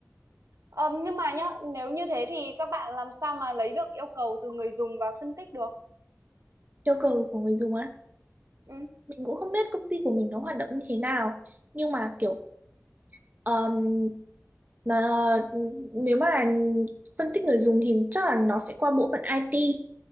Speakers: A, on the right (about 80°); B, on the right (about 35°).
A: Ờ, nhưng mà nhá, nếu như thế thì các bạn làm sao mà lấy được yêu cầu từ người dùng và phân tích được?
B: Yêu cầu của người dùng á.
A: Ừ.
B: mình cũng không biết công ty của mình nó hoạt động như thế nào nhưng mà kiểu um, nó, nếu mà là phân tích người dùng thì chắc là nó sẽ qua bộ phận IT